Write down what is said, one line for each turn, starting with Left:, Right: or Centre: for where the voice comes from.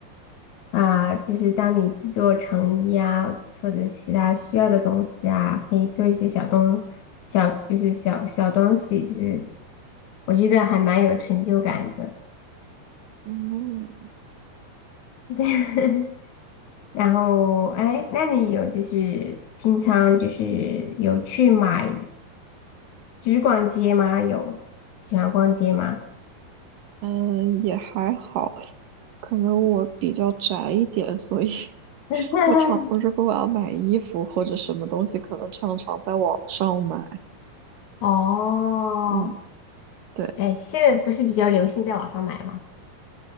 Left: 啊、就是当你制作成衣啊，或者是其他需要的东西啊，可以做一些小东小，就是小小东西，就是我觉得还蛮有成就感的。
Right: 嗯
Left: <laughs> 对，然后哎，那你有就是平常就是有去买，就是逛街吗？有喜欢逛街吗？
Right: 嗯，也还好，可能我比较宅一点，所以 <laughs>
Left: <laughs>
Right: 我常我如果我要买衣服或者什么东西，可能常常在网上买。
Left: 哦，
Right: 嗯，对，
Left: 哎，现在不是比较流行在网上买吗？